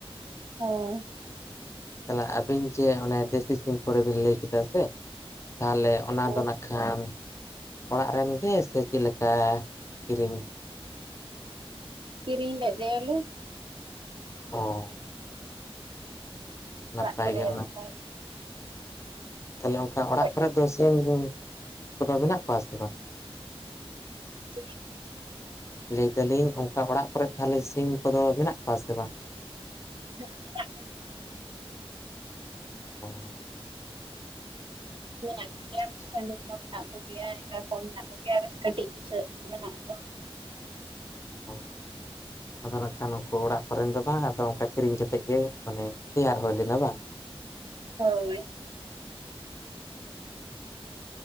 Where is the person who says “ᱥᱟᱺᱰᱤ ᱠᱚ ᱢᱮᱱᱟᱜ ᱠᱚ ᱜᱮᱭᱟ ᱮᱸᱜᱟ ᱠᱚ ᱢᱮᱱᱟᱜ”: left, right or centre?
Right